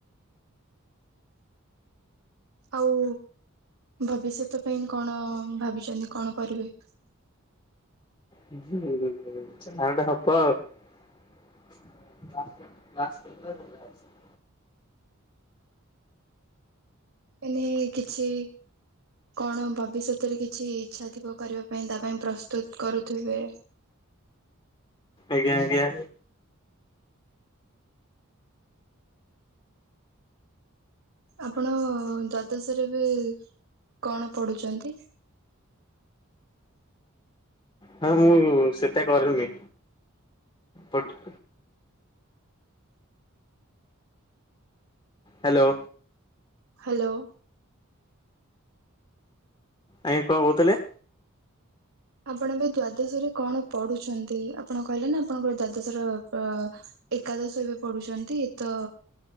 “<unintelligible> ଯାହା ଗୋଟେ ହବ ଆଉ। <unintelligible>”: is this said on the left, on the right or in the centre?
Left